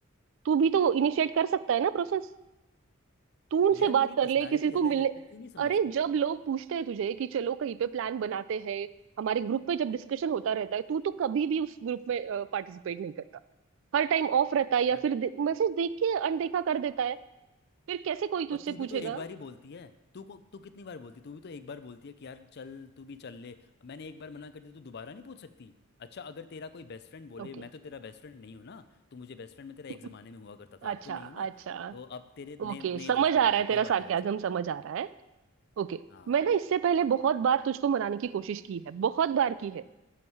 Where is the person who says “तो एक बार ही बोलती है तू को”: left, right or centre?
Left